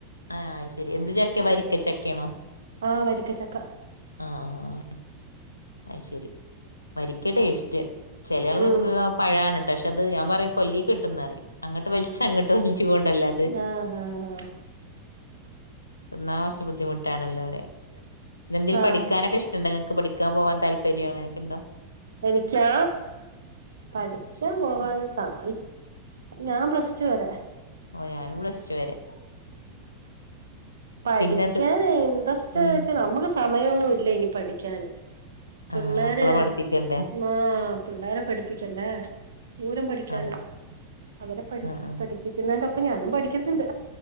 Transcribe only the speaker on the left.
ആഹ് ശരി എന്ത് ചക്ക വരിക്ക ചക്കയാണോ.
ആഹ് അയ്ശരി വരിക്ക ടേസ്റ്റ്. ചേലാൾകൾക്കൊക്കെ
പഴാണ് പക്ഷെ അത് ഞാൻ പറയും കൊല്ലി കിട്ടുന്ന അങ്ങട്ട് വലിച്ച ഇങ്ങട്ട് വലി. ച്ച കൊണ്ടല്ല അത്.
എന്നാ കുറച്ച ബുദ്ധിമുട്ടാണല്ലോ പറയ ഇന്നീന്തേലും
പഠിക്കാനൊക്കെ ഇഷ്ടണ്ടോ ഇങ്ങൾക്ക്. പഠിക്കാൻ പോവാൻ താല്പര്യം അങ്ങനൊക്കെണ്ടോ.
ഓഹ് ഞാനും പ്ലസ്റ്റ് വരെ.
പിന്നത്
ഉം
ആഹ് മക്കളെ പഠിപ്പിക്കണ്ടേ
അതെ
ആഹ് ആഹ്